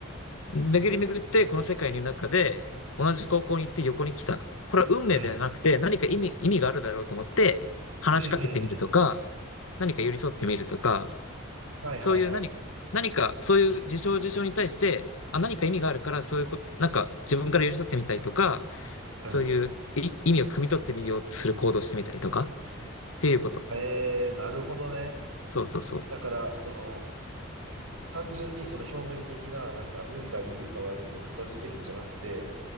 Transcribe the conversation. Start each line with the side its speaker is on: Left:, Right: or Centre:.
Left: 巡り巡ってこの世界の中で、同じ高校に行って横に来た。これは運命ではなくて、
Right: うん、うん、
Left: 何か意味、意味があるだろうと思って、話しかけてみるとか、
Right: うん、うん、うん。
Left: 何か寄り添ってみるとか、
Right: はいはいはい。
Left: そういう何、何か、そういう事象事象に対して、あ、何か意味があるから、そういうこと、なんか自分から寄り添ってみたりとか、
Right: うん。
Left: そういうい意味を汲み取ってみようとする行動をしてみたりとか、っていうこと。
Right: ええ、なるほどね。
Left: そうそうそう。
Right: だから、その、単純にその表面的な、なんか、運がいい、運が悪いで片付けるんじゃなくて、